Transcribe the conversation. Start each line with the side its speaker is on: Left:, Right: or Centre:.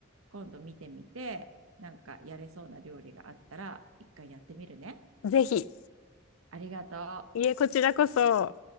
Right: 今度見てみて、なんかやれそうな料理があったら、一回やってみるね。
Left: ぜひ、
Right: ありがとう。
Left: いえ、こちらこそ。